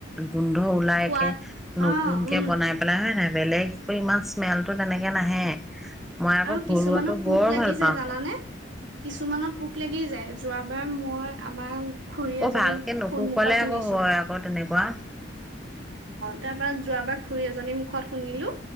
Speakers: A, in the centre; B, on the right.
A: গোন্ধ ওলাইকে
B: সোৱাদ অ',
A: নতুন
B: উম,
A: কে বনাই পেলাই হয় নাই বেলেগ ইমান স্মেলটো তেনেকে নাহে। মই আকৌ
B: আৰু
A: ঘৰুৱাটো
B: পোক
A: বৰ
B: লাগি
A: ভাল
B: যায়
A: পাওঁ
B: জানানে?
A: আকৌ।
B: কিছুমানত পোক লাগি যায় যোৱাবাৰ মই আমাৰ খুৰী
A: অ'
B: এজনীক
A: ভালকে নুশুকালে
B: মুখত শুনিছো
A: আকৌ হয় আকৌ তেনেকুৱা।
B: তাৰ পৰা যোৱাবাৰ খুৰী এজনীৰ মুখত শুনিলো